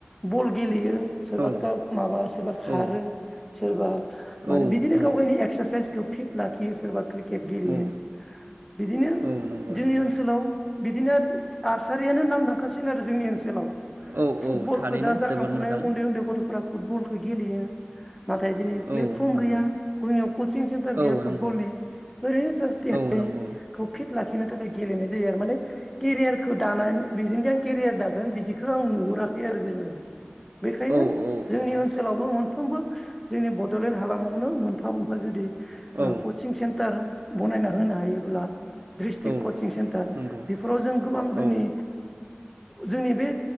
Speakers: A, in the centre; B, on the right (about 55°).
A: बल गेलेयो सोरबा
B: औ
A: खा माबा सोरबा खारो
B: औ
A: सोरबा माने
B: औ
A: बिदिनो
B: नंगौ
A: गाव गायनि एक्सारसाइसखौ फिथ लाखियो सोरबा क्रिकेट गेलेयो
B: औ
A: बिदिनो
B: औ नंगौ
A: जोंनि
B: नंगौ
A: ओनसोलाव बिदिनो आर्सारियानो नाम दांखासिन आरो जोंनि ओनसोलाव
B: औ
A: फुटबलखौ
B: औ थारैनो
A: दा जाखांफुनाय
B: जोबोर मोजां
A: उन्दै उन्दै गथ'फोरा फुटबलखो गेलेयो नाथाय दिनै प्लेटफर्म
B: औ नंगौ
A: गैया जोंयाव कचिं सेन्टार
B: औ
A: गैया फुटबलनि
B: नंगौ
A: ओरै जास देहानिखौ
B: औ नंगौ
A: फिट लाखि नो थाखाय गेलेनाय जायो आरो माने केरियारखौ दानानै बेजोंदि आं केरियार दागोन बिदिखौ आं नुहुराखै आरो जेनेबा बेखायनो
B: औ औ
A: जोंनि
B: औ
A: ओनसोलावबो मोन फ्रोमबो जोंनि बड'लेण्ड हालामावनो मोनफा मोनफा जुदि ओ
B: औ
A: कचिं सेन्टार बनायना होनो हायोब्ला डिस्ट्रिक
B: औ
A: कचिं सेन्टार
B: नंगौ
A: बेफोराव जों गोबां जोंनि
B: औ
A: जोंनि बे